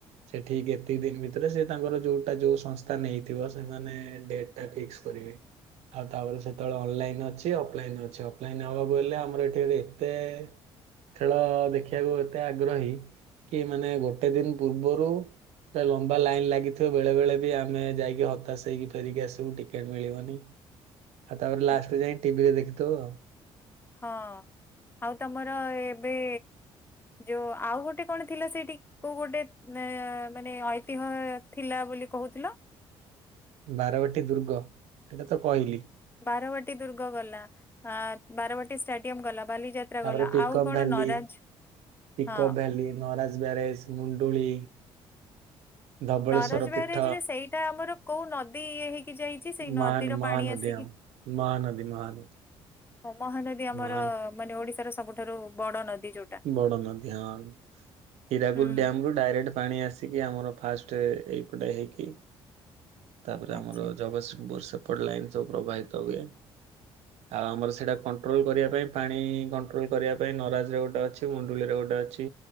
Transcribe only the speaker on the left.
ହୁଁ।
ହଁ ଆଉ ତମର ଏବେ ଯୋଉ ଆଉ ଗୋଟେ କଣ ଥିଲା ସେଇଠି? କୋଉ ଗୋଟେ ଏ ମାନେ ଐତିହ୍ୟ ଥିଲା ବୋଲି କହୁଥିଲ?
ବାରବାଟୀ ଦୁର୍ଗ ଗଲା ଆ ବାରବାଟୀ ଷ୍ଟାଡିୟମ ଗଲା ବାଲିଯା ତ୍ରା
ଗଲା
ଆଉ କଣ
ନରାଜ
ହଁ।
ନରାଜ ବ୍ୟାରେଜ
ରେ ସେଇଟା ଆମର କୋଉ ନଦୀ ଇଏ ହେଇକି ଯାଇଚି? ସେଇ ନଦୀର
ପାଣି ଆସିକି
<unintelligible> ଆମର
ମାନେ ଓଡିଶାର ସବୁଠାରୁ ବଡ ନଦୀ ଯୋଉ
ହୁଁ
ଆଚ୍ଛା